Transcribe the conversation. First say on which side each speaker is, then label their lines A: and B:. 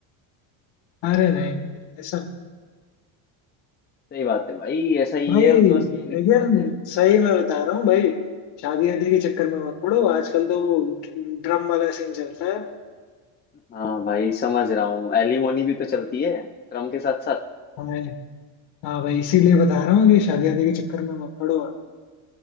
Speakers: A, on the left; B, on the left.
A: अरे नहीं भाई ऐसा नहीं
B: सही बात है भाई ऐसा ही
A: भाई
B: है वो तो
A: लेकिन
B: बस कहने की बात है
A: सही मैं बता रहा हूँ भाई शादी वादी के चक्कर में मत पड़ो आजकल तो वो ड्रम वाला सीन चलता है
B: हाँ भाई समझ रहा हूँ एलिमोनी भी तो चलती है ड्रम के साथ
A: मैं हाँ भाई इसीलिए बता रहा हूँ कि शादी वादी के चक्कर में मत पड़ो आप